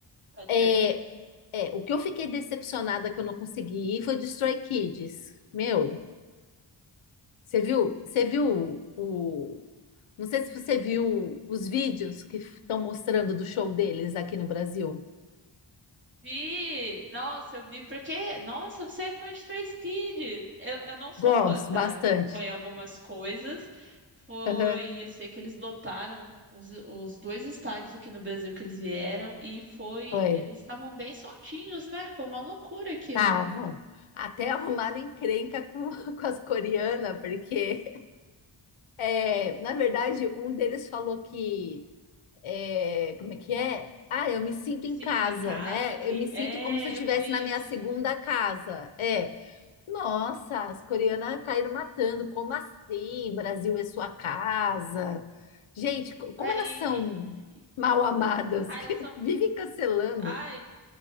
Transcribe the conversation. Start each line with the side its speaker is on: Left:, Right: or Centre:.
Right: Thatcher.
Left: É, é, o que eu fiquei decepcionada que eu não consegui ir foi de Stray Kids. Meu, você viu, você viu o, não sei se você viu os vídeos que estão mostrando do show deles aqui no Brasil.
Right: Vi! Nossa, eu vi porque. Nossa, você é fã de Stray Kids! Eu, eu não sou
Left: Gosto
Right: fã, tá?
Left: bastante.
Right: Eu acompanho algumas coisas. Foi.
Left: Aham,
Right: Eu sei que eles lotaram os, os dois estádios aqui no Brasil que eles vieram. E foi.
Left: foi.
Right: Eles estavam bem soltinhos, né? Foi uma loucura que
Left: Estavam. Até arrumaram encrenca com, <laughs> com as coreanas, porque, é, na verdade, um deles falou que. é, como é que é? Ah, eu me sinto
Right: se
Left: em
Right: sentiu
Left: casa,
Right: em casa
Left: né?
Right: aqui.
Left: Eu me sinto
Right: É,
Left: como se eu estivesse
Right: eu vi
Left: na minha
Right: isso.
Left: segunda casa. É. Nossa, as coreanas caíram matando. Como assim? Brasil é sua casa. Gente, co- como
Right: É,
Left: elas
Right: e.
Left: são
Right: e-
Left: mal amadas,
Right: Ai,
Left: <laughs> que
Right: elas são.
Left: vivem cancelando.
Right: Ai,